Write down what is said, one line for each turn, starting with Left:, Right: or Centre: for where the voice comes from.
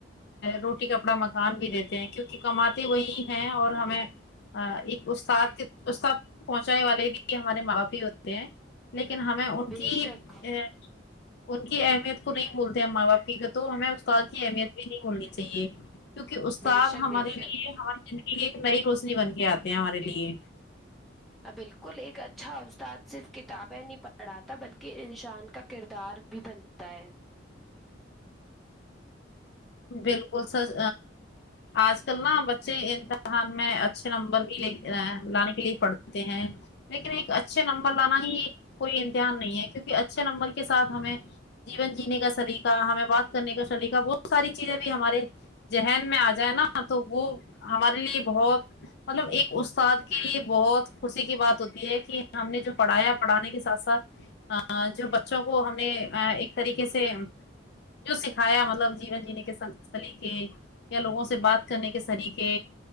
Left: روٹی کپڑا مکان بھی دیتے ہیں کیونکہ کماتے وہی ہیں اور ہمیں ہ ایک استاد کے استاد پہنچانے والے بھی ہمارے ماں باپ ہی ہوتے ہیں لیکن ہمیں ان
Centre: بے
Left: کی
Centre: شک
Left: ان کی اہمیت کو نہیں بھولتے ہم ماں باپ تو ہمیں استاد کی اہمیت بھی نہیں بھولنی چاہیے کیونکہ استاد
Centre: بے شک
Left: ہمارے
Centre: بے
Left: لیے
Centre: شک
Left: ہماری ذندگی کی ایک نئی روشنی بن کے آتے ہیں ہمارے لیے
Centre: بالکل ایک اچھا استاد صرف کتابیں نہیں پڑھاتا بلکہ انسان کا کردار بھی بنتا ہوتا ہے
Left: بالکل سچ آج کل نہ بچے ان میں اچھے نمبر بھی لے لانے کے لیے پڑھتے ہیں لیکن ایک اچھے نمبر لانا ہی کوئی امتحان نہیں ہے کیونکہ اچھے نمبر کے ساتھ ہمیں جیون جینے کا سلیقہ ہمیں بات کرنے کا سلیقہ بہت وہ ساری چیزیں بھی ہمارے ذہںن میں آ جائے نا تو وہ ہمارے لیے بہت مطلب ایک استاد کے لیے بہت خوشی کی بات ہوتی ہے کہ ہم نے جو پڑھایا پڑھانے کے ساتھ ساتھ ا جو بچوں کو ہم نے ایک طریقے سے جو سکھایا مطلب جیون جینے کے سلیقے یا لوگوں سے بات کرنے کے سلیقے